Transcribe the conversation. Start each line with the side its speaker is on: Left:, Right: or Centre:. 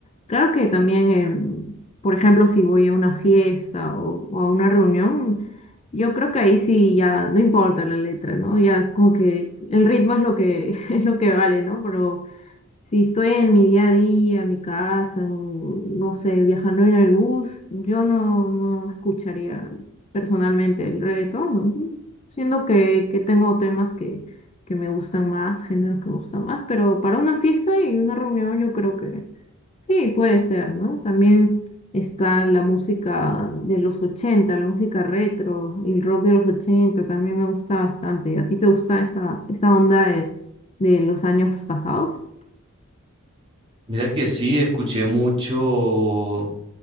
Left: Claro que también, em, por ejemplo, si voy a una fiesta o, o a una reunión, yo creo que ahí sí ya no importa la letra, ¿no? Ya como que el ritmo es lo que, <laughs> es lo que vale, ¿no? Pero si estoy en mi día a día, en mi casa, o, no sé, viajando en el bus, yo no, no escucharía personalmente el reggaetón, ujú. siendo que, que tengo temas que, que me gustan más, géneros que me gustan más, pero para una fiesta y una reunión yo creo que sí, puede ser, ¿no? También está la música de los 80, la música retro, el rock de los 80 también me gusta bastante. ¿A ti te gusta esa, esa onda de, de los años pasados?
Right: Mira que sí, escuché mucho